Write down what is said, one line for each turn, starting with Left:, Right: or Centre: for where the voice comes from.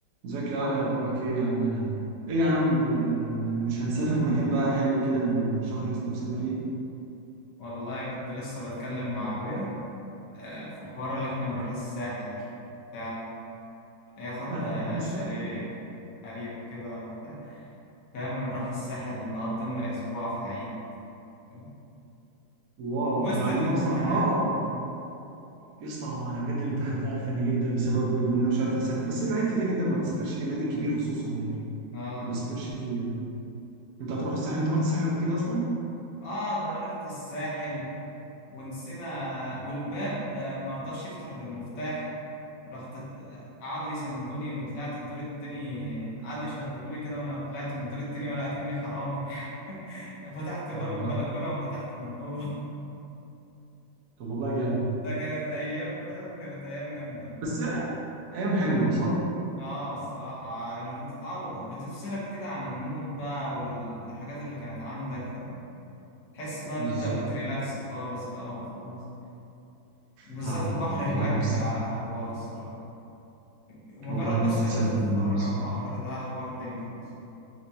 Right: ازيك يا علي اخبارك ايه يا عمنا ايه يا عم آه، مش هنسافر مكان بقى حلو كده نشهيص نفسنا فيه
Left: والله كنت لسه بتكلم مع ابويا آه، في حوار اللي احنا نروح الساحل بتاع ياخد
Right: آه،
Left: آه،
Right: يا س-
Left: شاليه قريب وكده وبتاع فاهم ونروح الساحل نقضي لنا اسبوع في العيد فاهم؟
Right: واو
Left: وسط
Right: انت عندكم
Left: الامتحانات
Right: اصلا اه يا اسطى انا بجد الامتحان ده قرفاني جدا بسبب ان انا مش عارف اسافر بس العيد كده كده ما بسافرش فيه العيد الكبير خصوصا يعني
Left: اه
Right: ما بسافرش فيه يعني انت هتروح الساحل انت رحت الساحل قبل كده اصلا
Left: اه ده انا رحت الساحل ونسينا والباب ما رضاش يفتح بالمفتاح رحت ات- قعدوا يسندوني وطلعت الدور التاني قعدوا يشبكولي كده وانا طلعت من الدور التاني ولا اكني حرامي <laughs> فتحت باب
Right: اه
Left: البلكونة وفتحت من جوه <laughs>
Right: طب والله جامد
Left: ده كانت ايام فاهم كانت ايام جامدة والله
Right: بس آه، ايام حلوه صح
Left: اه الصراحة مش بتتعوض بتفصلك كده عن المود بقى والحاجات اللي كانت عندك فاهم تحس بقى إن
Right: بالظبط
Left: انت بتريلاكس خالص بقى وخالص وبالذات
Right: اه
Left: البحر
Right: والله
Left: هناك
Right: نفسي
Left: بيبقى حوار الصراحة مجرد
Right: والله نفسي
Left: بس ان انت
Right: اسافر
Left: تتفرج
Right: المره
Left: على
Right: دي.
Left: البحر ده حوار تاني خالص